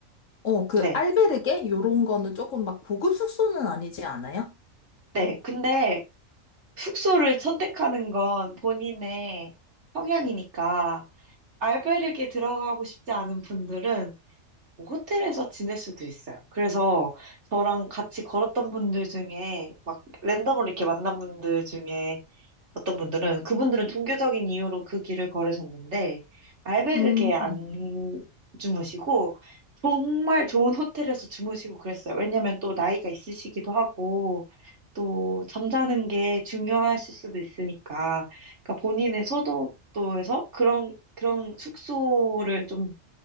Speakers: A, on the left; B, on the right.
A: 어, 그
B: 네.
A: 알베르게 요런 거는 조금 막 고급 숙소는 아니지 않아요?
B: 네. 근데 숙소를 선택하는 건 본인의 성향이니까, 알바르기에 들어가고 싶지 않은 분들은 뭐 호텔에서 지낼 수도 있어요. 그래서 저랑 같이 걸었던 분들 중에 막 랜덤으로 이렇게 만난 분들 중에 어떤 분들은 그분들은 종교적인 이유로 그 길을 걸으셨는데 알베르게
A: 음,
B: 안 주무시고 정말 좋은 호텔에서 주무시고 그랬어요. 왜냐면 또 나이가 있으시기도 하고 또 잠자는 게 중요하실 수도 있으니까 그러니까 본인의 소득도에서 그런 그런 숙소를 좀